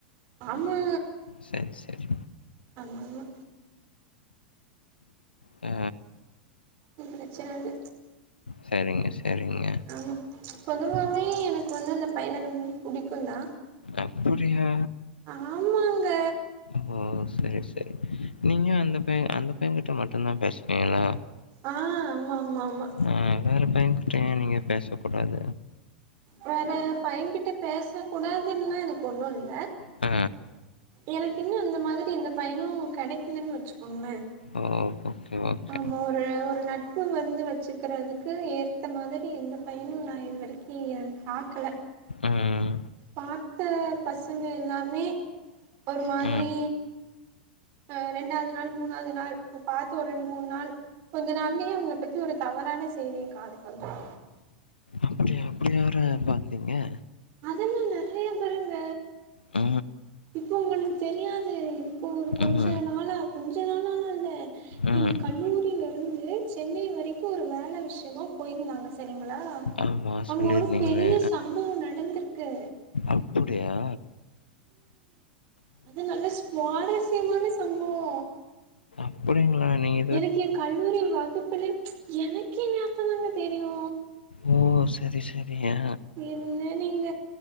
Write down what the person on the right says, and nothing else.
ஆமா
ஆமா ஆமா
ம் பிரச்சன இல்ல
ஆமா பொதுவாவே எனக்கு வந்து அந்த பையன ரொம்ப புடிக்குந் தா
ஆமாங்க
ஆ ஆமா ஆமா ஆமா
வேற பையன்கிட்ட பேச கூடாதுன்லா எனக்கு ஒன்னு இல்ல
எனக்கு இன்னு அந்த மாதிரி எந்த பையனு கெடைக்கிலன்னு வச்சுக்கோங்களே
நம்ம ஒரு ஒரு நட்பு வந்து வச்சுக்கிறதுக்கு ஏத்த மாதிரி எந்த பையனு நா இது வரைக்கு கி நா பாக்கல
பாத்த பசங்க எல்லாமே ஒரு மாதிரி
அ ரெண்டாவது நாள் மூனாவது நாள் இப்ப பாத்த ஒரு ரெ ரெண்டு மூன் நாள் கொஞ்சொ நாள்லயே அவுங்ள பத்தி ஒரு தவறான செய்தி என் காதுக்கு வந்துரு
அதெல்லா நெறைய பேருங்க
இப்ப ஒங்களுக்கு தெரியாது இப்போ ஒரு கொஞ்ச
நாளா கொஞ்ச நாளாலா இல்ல
எங்க கல்லூரில இருந்து சென்னை வரைக்கு ஒரு வேல விஷ்யமா போயிருந்தாங்க செரிங்களா
அங்க
ஒரு பெரிய சம்பவொ நடந்துர்க்கு
அது நல்லா சுவாரஸ்யமான சம்பவொ
எனக்கு எ கல்லூரி வகுப்புலே எனக்கேங் அப்பதாங்க தெரியு
என்ன நீங்க